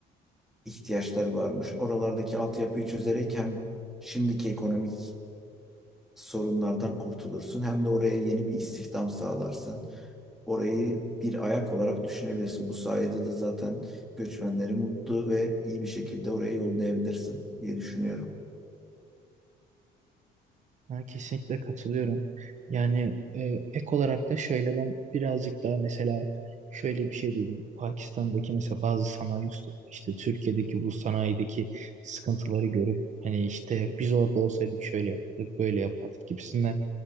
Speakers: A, in the centre; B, on the right (about 45°).
A: ihtiyaçları varmış. Oralardaki altyapıyı çözerek hem şimdiki ekonomik sorunlardan kurtulursun hem de oraya yeni bir istihdam sağlarsın. Orayı bir ayak olarak düşünebilirsin. Bu sayede de zaten göçmenleri mutlu ve iyi bir şekilde oraya yollayabilirsin diye düşünüyorum.
B: Ben kesinlikle katılıyorum. Yani e, ek olarak da şöyle ben birazcık daha mesela şöyle bir şey duydum. Pakistan'daki mesela bazı sanayi ustaları işte Türkiye'deki bu sanayideki sıkıntıları görüp hani işte biz orada olsaydık şöyle yapardık böyle yapardık gibisinden